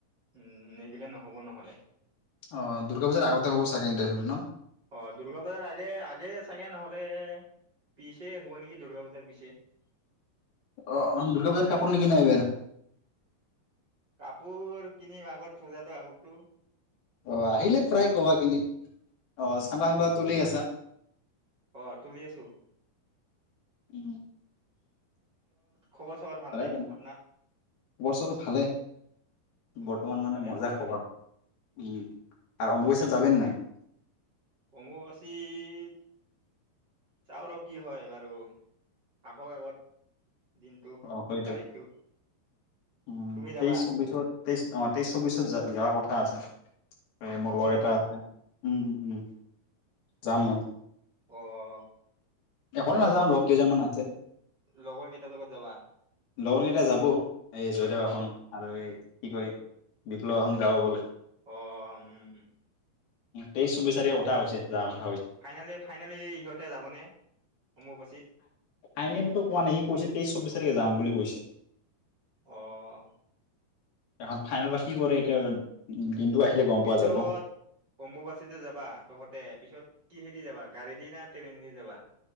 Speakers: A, on the right; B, on the left.
A: উম নিদিলে নহ'ব নহ'লে
B: অঁ দুৰ্গা বজাৰ আগতে হ'ব চাগে ইণ্টাৰভিউটো ন?
A: অ দুৰ্গা পূজাৰ আগে-আগে চাগে নহ'লে পিছে হ'ব নেকি দুৰ্গা পূজাৰ পিছে।
B: অহ দুৰ্গা পূজাৰ কাপোৰ নিকিন এইবাৰ
A: কাপোৰ কিনিম আগত পূজাটো আহক চোন।
B: অ আহিলে প্ৰায় ক'বা খেলি অ চান্দা-টান্দা তুলি আছা
A: অ তুলি আছোঁ।
B: উম
A: খবৰ চবৰ ভালনে
B: ভালে বাৰু খবৰ-চবৰ
A: আপোনাৰ?
B: ভালে
A: অ
B: বৰ্তমান মানে
A: ভালে
B: মজা
A: হ'ব
B: খবৰ
A: লাগে।
B: উম আৰম্ভ হৈ যাবি নে নাই?
A: অম্বুবাচীত চাও ৰ কি হয় বাৰু আহক আগত। দিনটো
B: অ সেইটোৱে
A: তাৰিখটো
B: উম
A: তুমি যাবা
B: তেইশ চৌবিশ তেইশ অ তেইশ চৌবিছত য যোৱাৰ কথা আছে। মোৰ
A: তুমি
B: লগৰ
A: যাবা
B: এটা আছে উম। উম যাম মই।
A: অঁ!
B: অকলে নাযাওঁ লগকেইজনমান আছে
A: লগৰ কেইটাৰ লগত যাবা?
B: লগৰকেইটা যাব এই জয়দেৱাখন আৰু এই কি কয় বিপ্লৱহন যাব বোলে
A: অ! উম।
B: তেইছ চৌবিছ তাৰিখ কথা হৈছে যাম আ
A: ফাইনেলি-ফাইনেলি সিহঁতে যাবনে? অম্বুবাচীত?
B: ফাইনেলতো কোৱা নাই সি কৈছে তেইশ চৌবিশ তাৰিখে যাম বুলি কৈছে। ছে
A: অঁ!
B: শেষত ফাইনেল বা কি কৰে এতিয়া দিনটো আহিলে গম
A: পিছত
B: পোৱা যাব
A: অম্বুবাচীতে যাবা তহঁতে পিছত কি হে কিহেদি যাবা গাড়ী দি না ট্ৰেইন দি যাবা।